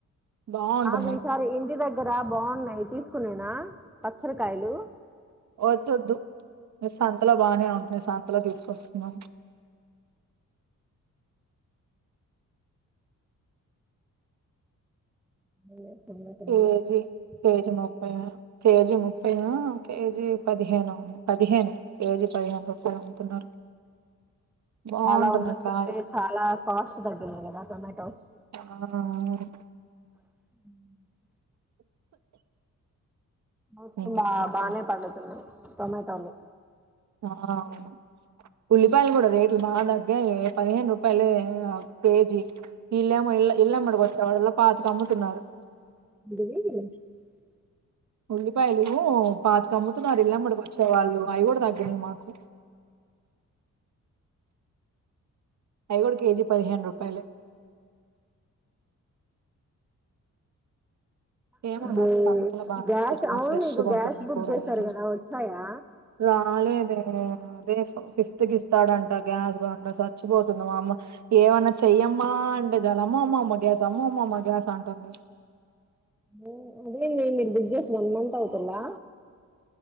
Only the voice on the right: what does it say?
బాగుంటున్నాయి
వొద్దొద్దు నేను సంతలో బానే ఉంటున్నాయి సంతలో తీసుకొస్తున్నాను
కేజీ కేజీ ముప్పై కేజీ ముప్పై ఓ కేజీ పదిహేనో పదిహేనే కేజీ పదిహేను రూపాయలు అమ్ముతున్నారు. బాగుంటున్నాయి
కాయలు
ఆ అవును
ఇంకేంటంటే
ఆ అవును ఉల్లిపాయలు కూడా రేట్ లు బా తగ్గాయే పదిహేను రూపాయలు ఏమో కేజీ ఈళ్ళేమో ఇల్ ఇల్ళమ్మటకొచ్చే వాళ్ళు పాతిక అమ్ముతున్నారు
ఉల్లిపాయలు పాతికమ్ముతున్నారు ఇల్లమ్మడికొచ్చేవాళ్ళు ఆయి గూడ తగ్గినయి మాకు అవి గూడ కేజీ పదిహేను రూపాయాలే ఏమో
నాకు సంతలో బాగా
నచ్చాయమ్మ
ఫ్రెష్గా
ఉంటున్నాయి
కూరగాయలు
రాలేదే అదే ఫిఫ్త్ కి ఇస్తాడంట గ్యాస్ బండ చచ్చిపోతుంది మా అమ్మ ఏమన్నా చెయ్యమ్మా అంటే చాల అమ్మా అమ్మా అమ్మ గ్యాస్ అమ్మ అమ్మ అమ్మ గ్యాస్ అంటుంది